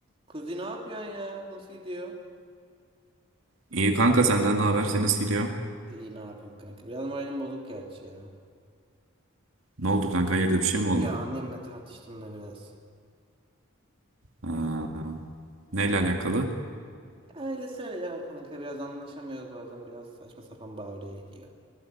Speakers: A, on the right (about 25°); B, on the right (about 75°).
A: Kuzi ne yapıyorsun ya? Nasıl gidiyor?
B: İyi kanka senden ne haber? Senin nasıl gidiyor?
A: İyi ne yapayım kanka. Biraz moralim bozuk gerçi ya.
B: Ne oldu kanka? Hayırdır bir şey mi oldu?
A: Ya annemle tartıştım da biraz.
B: Ha, neyle alakalı?
A: Ailesel ya kanka biraz anlaşamıyoruz bazen biraz saçma sapan bağırıyor ediyor.